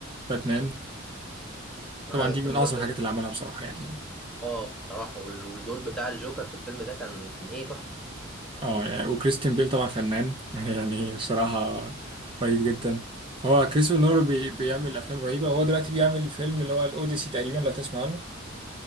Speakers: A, on the right (about 25°); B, in the centre.
A: باتمان طبعا
B: هذا
A: دي
B: الفيلم
A: من اعظم
B: ده كده
A: الحاجات اللي عملها بصراحه يعني
B: اه بصراحه وال- والدور بتاع الجوكر في الفيلم ده كان كان ايه تحفه
A: اه يعني وكريستيان بيل طبعا فنان <laughs> يعني بصراحه رهيب جدا فهو كريستوفر نولان بي بيعمل افلام رهيبه هو دلوقتي بيعمل فيلم اللي هو الاوديسي تقريبا لو تسمع عنه